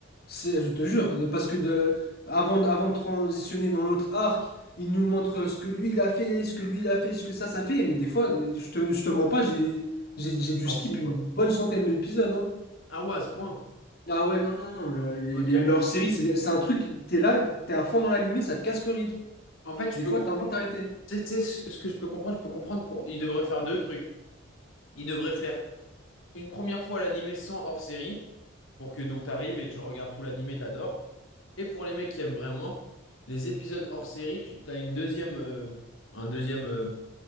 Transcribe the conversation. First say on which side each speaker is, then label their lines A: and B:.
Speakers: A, on the left (about 50°); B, on the left (about 80°).
A: C'est- je te jure, parce que de, avant, de- avant de transitionner dans l'autre arc, il nous montre ce que lui il a fait, ce que lui il a fait, ce que ça, ça fait. Mais des fois, je te, je te mens pas, j'ai, j'ai, j'ai dû
B: T'en
A: skip
B: fous,
A: une
B: quoi.
A: bonne centaine d'épisodes. hein.
B: Ah ouais, à ce point.
A: Ah ouais, non, non, non. le- les-
B: Ok.
A: les- leur série, c'est c'est un truc, t'es là, t'es à fond dans l'animé, ça te casse le rythme.
B: En fait, je
A: Des
B: peux
A: fois,
B: comprendre.
A: t'as envie de t'arrêter.
B: Tu sais, tu sais, ce ce que je peux comprendre, je peux comprendre pour. Il devrait faire deux trucs. Il devrait faire une première fois l'animé sans hors série pour que donc t'arrives et tu regardes tout l'animé, t'adores. Et pour les mecs qui aiment vraiment, les épisodes hors série, tu as une deuxième, euh, un deuxième. euh,